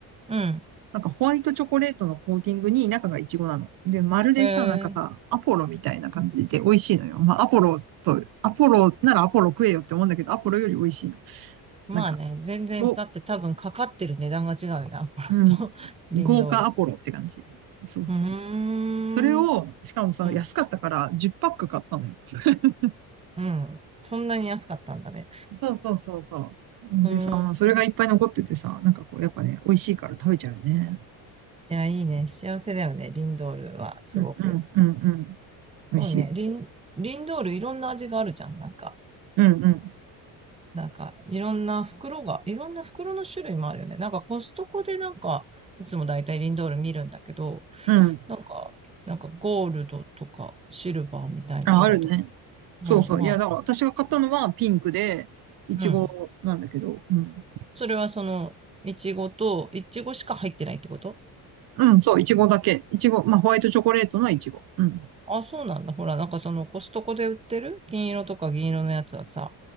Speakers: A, on the right; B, on the right.
A: うん
B: なんかホワイトチョコレートのコーティングに中がイチゴなの。で、まるでさ、
A: え
B: なんかさ、
A: ー、
B: アポロみたいな感じで美味しいのよ。まあ、アポロと、アポロならアポロ食えよって思うんだけど、アポロより美味しいの。
A: まあね、
B: なんか、
A: 全然、
B: ご、
A: だって多分かかってる値段が違うよな、アパと、
B: うん。
A: <laughs> リンドール。
B: 豪華アポロって感じ。そうそうそう。
A: うーん、
B: それを、しかもさ、
A: うん、
B: 安かったから10パック買ったのよ。<laughs>
A: うん。そんなに安かったんだね。
B: そうそうそうそう。
A: うーん。
B: でさ、まあ、それがいっぱい残っててさ、なんかこう、やっぱね、美味しいから食べちゃうよね。
A: いや、いいね。幸せだよね、リンドールは、すごく。
B: うんうんうんうん。美味しい。
A: そうね。リン、リンドールいろんな味があるじゃん。なんか、
B: うんうん。
A: なんか、いろんな袋が、いろんな袋の種類もあるよね。なんかコストコでなんか、いつもだいたいリンドール見るんだけど、
B: うん。
A: なんか、なんかゴールドとかシルバーみたいな色とか。
B: あ、あるね。
A: うん、
B: そうそう。
A: まあ、
B: いや、だから私が買ったのはピンクで、いちごなんだけど、
A: うん。
B: うん。
A: それはその、いちごと、いちごしか入ってないってこと
B: うん、そう、いちごだけ。いちご、まあ、ホワイトチョコレートのいちご。うん。
A: あ、そうなんだ。ほら、なんかそのコストコで売ってる金色とか銀色のやつはさ、